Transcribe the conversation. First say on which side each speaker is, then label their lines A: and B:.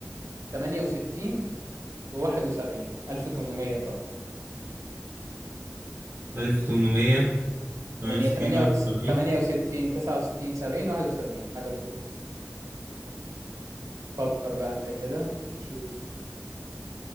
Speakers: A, on the right; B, on the right.
A: 68 و 71 1800 طبعا
B: 1800 68
A: يعني هي 68
B: 71
A: 68 69 70 71 حاجة في دول فكر بقى انت كده شوف